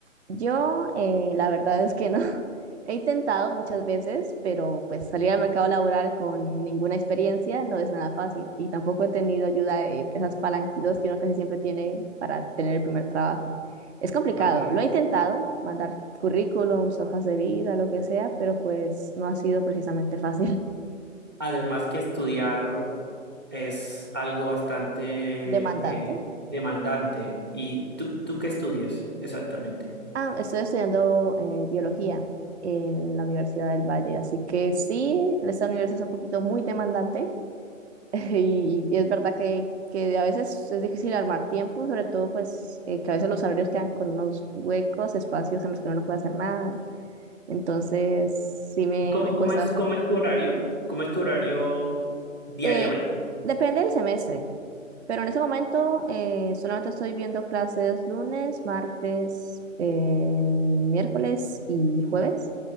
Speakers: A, on the right (about 55°); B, on the right (about 20°).
A: Yo, eh, la verdad es que no. <laughs> He intentado muchas veces, pero pues salir al mercado laboral con ninguna experiencia no es nada fácil y tampoco he tenido ayuda de esas palanquitas que uno casi siempre tiene para tener el primer trabajo. Es complicado.
B: Ok.
A: Lo he intentado, mandar currículums, hojas de vida, lo que sea, pero pues no ha sido precisamente fácil.
B: Además que estudiar es algo bastante
A: <laughs> Demandante.
B: eh, demandante. ¿Y tú, tú qué estudias exactamente?
A: Ah, estoy estudiando eh, biología en la Universidad del Valle, así que sí, esta universidad es un poquito muy demandante <laughs> Y, y es verdad que, que a veces es difícil armar tiempo, sobre todo pues eh, que a veces los horarios quedan con unos huecos, espacios en los que uno no puede hacer nada. Entonces, sí me,
B: ¿Y cómo,
A: me cuesta
B: cómo es,
A: bastante.
B: cómo es tu horario? ¿Cómo es tu horario diariamente?
A: Eh, depende del semestre, pero en ese momento eh, solamente estoy viendo clases lunes, martes, eh, miércoles y jueves.